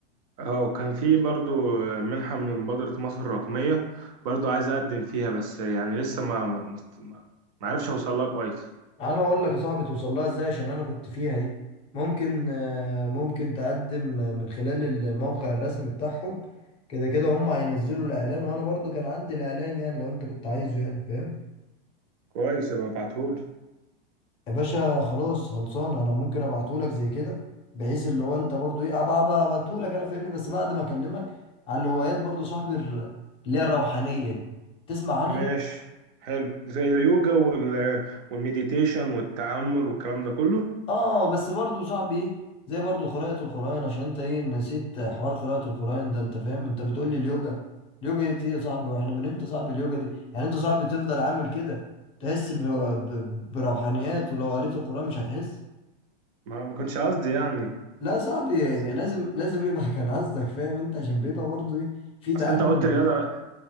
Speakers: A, on the right (about 40°); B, on the left (about 20°).
A: اه كان في برضو منحة من مبادرة مصر الرقمية برضو عايز أقدم فيها بس يعني لسه ما ما ما ما- ما عرفش أوصل لها كويس
B: انا اقول لك يا صاحبي توصل لها ازاي عشان انا كنت فيها دي ممكن آه، ممكن تقدم آه، من خلال ال- الموقع الرسمي بتاعهم كده كده هم هينزلوا الاعلان وانا برضو كان عندي الاعلان يعني لو انت كنت عايزه يعني فاهم
A: كويس يبقى ابعتهولي
B: يا باشا خلاص خلصان انا ممكن ابعتهولك زي كده بحيث اللي هو انت برضو ايه ابقى أبقى ابعتهولك انا فاهمني بس بعد ما اكلمك على الهوايات برضو صاحبي الر- اللي هي الروحانيه دي تسمع عنها
A: ماشي حلو زي اليوجا وال والمديتيشن والتأمل والكلام ده كله
B: اه بس برضو صاحبي ايه زي برضو قراءه القران عشان انت ايه نسيت حوار قراءه القران ده انت فاهم انت بتقول لي اليوجا اليوجا دي ايه يا صاحبي واحنا من امتى صاحبي اليوجا دي يعني انت صاحبي تفضل عامل كده تحس ب- ب- بروحانيات ولو قريت القران مش هتحس
A: ما ما كنتش قصدي يعني
B: لا صاحبي
A: بس
B: لازم لازم يبقى <laughs> كان قصدك فاهم انت عشان بيبقى برضه ايه في تأمل
A: أصل أنت قلت رياضة